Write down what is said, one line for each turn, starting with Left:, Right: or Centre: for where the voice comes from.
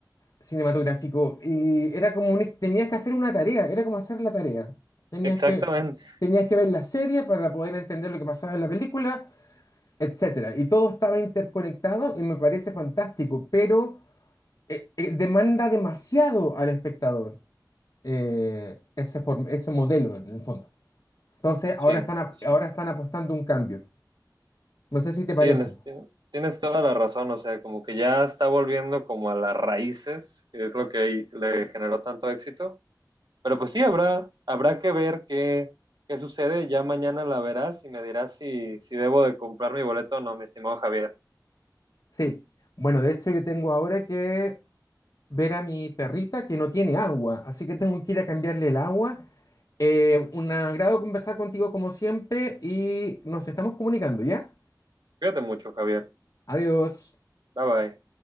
Left: cinematográfico y era como un, tenías que hacer una tarea, era como hacer la tarea. Tenías
Right: exactamente,
Left: que, tenías que ver la serie para poder entender lo que pasaba en la película, etcétera. Y todo estaba interconectado y me parece fantástico, pero eh, eh, demanda demasiado al espectador eh, ese, form- ese modelo en el fondo. Entonces ahora
Right: sí,
Left: están, ap-
Right: sí,
Left: ahora están apostando un cambio. No sé si te
Right: sí,
Left: parece.
Right: en es- tien- tienes toda la razón, o sea, como que ya está volviendo como a las raíces, que es lo que le generó tanto éxito, pero pues sí, habrá, habrá que ver qué, qué sucede, ya mañana la verás y me dirás si, si debo de comprar mi boleto o no, mi estimado Javier.
Left: Sí, bueno, de hecho yo tengo ahora que ver a mi perrita que no tiene agua, así que tengo que ir a cambiarle el agua. Eh, un agrado conversar contigo como siempre y nos estamos comunicando, ¿ya?
Right: Cuídate mucho, Javier,
Left: Adiós.
Right: bye bye.